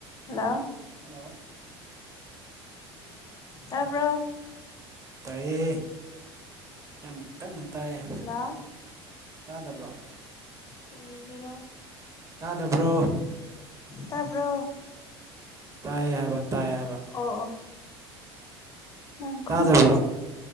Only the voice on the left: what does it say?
hello
ꯇꯥꯄ
hello
ꯀꯗꯤꯒꯔ
ꯇꯥꯔꯕ
ꯑꯣ ꯑꯣ ꯅꯪ ꯈꯨꯟꯦ